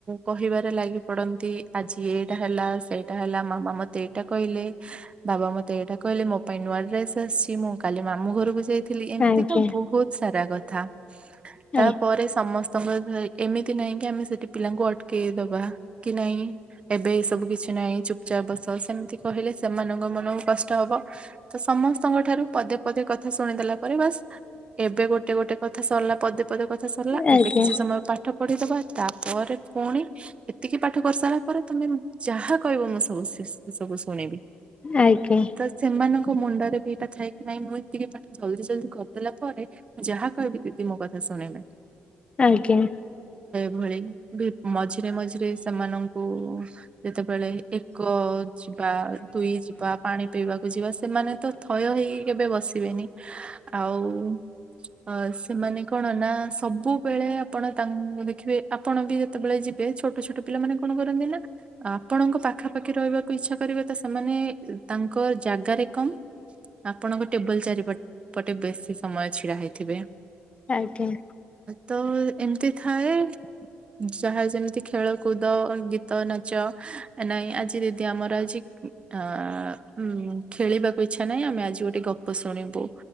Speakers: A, on the right; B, on the left.
A: କହିବାରେ ଲାଗି ପଡନ୍ତି ଆଜି ଏଇଟା ହେଲା ସେଇଟା ହେଲା ମାମା ମତେ ଏଇଟା କହିଲେ ବାବା ମତେ ଏଇଟା କହିଲେ ମୋ ପାଇଁ ନୂଆ ଡ୍ରେସ ଆସିଚି ମୁଁ କାଲି ମାମୁ ଘରକୁ ଯାଇ ଥିଲି ଏମିତିକା
B: ଆଜ୍ଞା ଆଜ୍ଞା
A: ବହୁତ ସାରା କଥା
B: ଆଜ୍ଞା
A: ତାପରେ ସମସ୍ତ ତମର ଏମିତି ନାହିଁ କି ଆମେ ସେଠି ପିଲାଙ୍କୁ ଅଟ କେଇ ଦବା କି ନାଇଁ ଏବେ ଏ ସବୁ କିଛି ନାହିଁ ଚୁପଚାପ୍ ବସ ସେମିତି କହିଲେ ସେମାନଙ୍କ ମନକୁ କଷ୍ଟ ହବ ତ ସମସ୍ତଙ୍କ ଠାରୁ ପଦେ ପଦେ କଥା ଶୁଣିଦେଲା ପରେ ବାସ୍ ଏବେ ଗୋଟେ ଗୋଟେ କଥା ସରିଲା ପଦେ ପଦେ କଥା ସରିଲା
B: ଆଜ୍ଞା
A: ଏବେ କିଛି ସମୟ ପାଠ ପଢିଦେବା ତାପରେ ପୁଣି ଏତିକି ପାଠ କରିସାରିଲା ପରେ ତମେ ଯାହା କହିବ ମୁଁ ସେ ସବୁ ଶୁଣିବି
B: ଆଜ୍ଞା ଆଜ୍ଞା।
A: ତ ସେମାନଙ୍କ ମୁଣ୍ଡରେ ବି ଏଇଟା ଥାଏ କି ନାଇଁ ମୁଁ ଟିକେ ପାଠ ଏତିକି ଜଲ୍ଡି ଜଲ୍ଦି କରିଦେଲା ପରେ ମୁଁ ଯାହା କହିବି ଦିଦି ମୋ କଥା ଶୁଣିବେ।
B: ଆଜ୍ଞା
A: ଭଳି ମଝିରେ ମଝିରେ ସେମାନଙ୍କୁ ଯେତେବେଳେ ଏକ ଯିବା ଦୁଇ ଯିବା ପାଣି ପିଇବାକୁ ଯିବା ସେମାନେ ତ ଥ ଭୟ ହେଇକି କେବେ ବସିବେନି ଆଉ ଅ ସେମାନେ କଣ ନା ସବୁବେଳେ ଆପଣ ତାଙ୍କୁ ଦେଖିବେ ଆପଣ ବି କେତେବେଳେ ଯିବେ ଛୋଟ ଛୋଟ ପିଲାମାନେ କଣ କରନ୍ତି ନା ଆପଣଙ୍କ ପାଖାପାଖି ରହିବାକୁ ଇଚ୍ଛା କରିବେ ତ ସେମାନେ ତାଙ୍କ ଜାଗାରେ କମ୍ ଆପଣଙ୍କ ଟେବୁଲ ଚାରି ପଟେ ବେଶୀ ସମୟ ଛିଡା ହେଇଥିବ
B: ଆଜ୍ଞା
A: ତ ଏମିତି ଥାଏ ଯାହା ଯେମିତି ଖେଳକୁଦ ଗୀତ ନାଚ ନାହିଁ ଆଜି ଦିଦି ଆମର ଆଜି ଆଁ ହୁଁ ଖେଳିବାକୁ ଇଚ୍ଛା ନାହିଁ ଆମେ ଆଜି ଗୋଟେ ଗପ ଶୁଣିବୁ